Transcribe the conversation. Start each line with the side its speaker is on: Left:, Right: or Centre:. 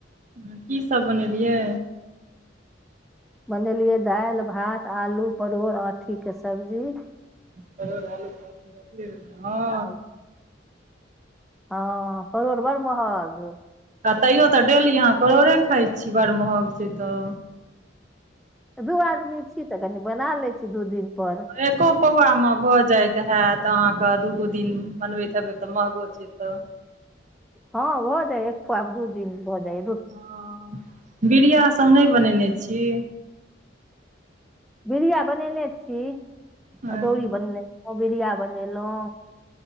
Right: हूं की सब बनेलियै।
Centre: बनेलियै दालि, भात, आलू, परोड़, आँठी के सब्जी
Right: परोर, आलू, आँठी के हँ।
Centre: आ हँ परोड़ बड़ महग।
Right: आ तैयो तऽ डेली अहाँ डेली परोड़े खाइ छी बड़ महग छैय तऽ।
Centre: दू आदमी छी तऽ कनी बना लेै छी दू दिन पर।
Right: एको पौआ मे भऽ जाइत हेऽत अहाँ के दूगो दिन बनबैत हेबै तऽ महगो से तऽ।
Centre: हँ भऽ जाइये एक पौआ मे दू दिन भऽ जाइये।
Right: हं। बिड़िया सब नै बनेने छी।
Centre: बीड़िया बनेने छी,
Right: हँ
Centre: अदौरी बनेने छी बीड़िया बनेलौं।